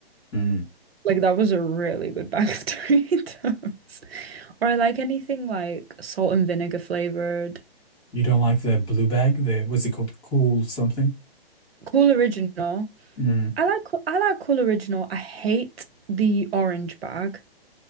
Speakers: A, on the left (about 15°); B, on the right (about 75°).
A: Mm.
B: Like that was a really good bag of <laughs> Doritos. Or I like anything like salt and vinegar flavored.
A: You don't like the blue bag, the what's it called? Cool something?
B: Cool Original.
A: Mm.
B: I like Cool- I like Cool Original. I hate the orange bag.